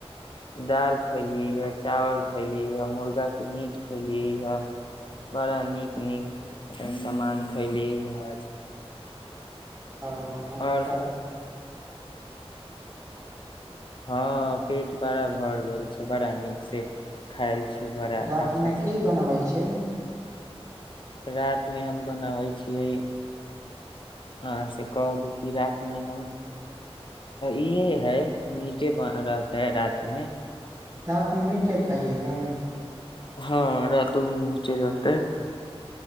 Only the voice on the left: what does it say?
दाल खैलियै। चावल खैली य मुर्गा मीट खैलियै हे बड़ा नीक -नीक सामान खलियै ह आज।
आओर
हँ पेट बड़ा भर गेल छै बड़ा नीकसँ खायल छै बड़ा
अच्छा से
ख
रात मे हम बनाबै छियै आ से कह दू कि रात मे हम इहे है मीटे रहते है रात में।
हँ रातो मिटे रहतै।